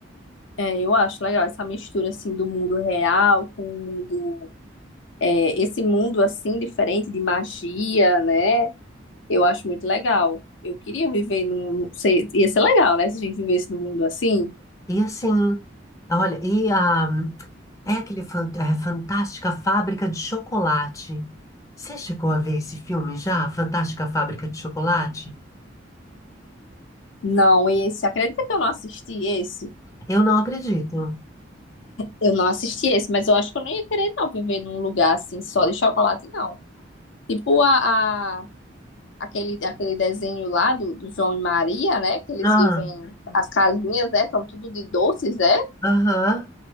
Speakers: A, on the left; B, on the left.
A: É, eu acho legal essa mistura assim do mundo real com o mundo, é, esse mundo assim diferente de magia, né? Eu acho muito legal. Eu queria viver num. ser- Ia ser legal, né? Se a gente vivesse num mundo assim.
B: E assim, olha, e a, é aquele fan- é, Fantástica Fábrica de Chocolate. Você chegou a ver esse filme já? Fantástica Fábrica de Chocolate?
A: Não, esse. Acredita que eu não assisti esse?
B: Eu não acredito.
A: Eu não assisti esse, mas eu acho que eu não ia querer, não, viver num lugar assim, só de chocolate, não. Tipo a, a- aquele, aquele desenho lá do, do João e Maria, né? Que eles
B: Ah,
A: vivem. As casinhas, né? São tudo de doces, é?
B: aham.